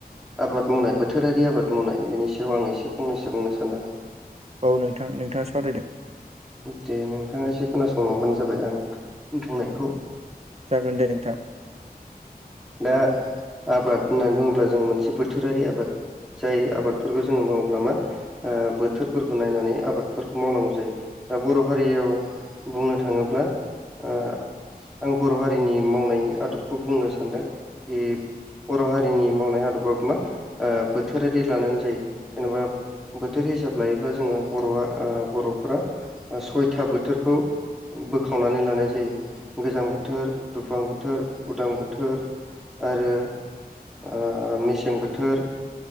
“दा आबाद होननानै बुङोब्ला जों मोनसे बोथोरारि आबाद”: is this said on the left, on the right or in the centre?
Centre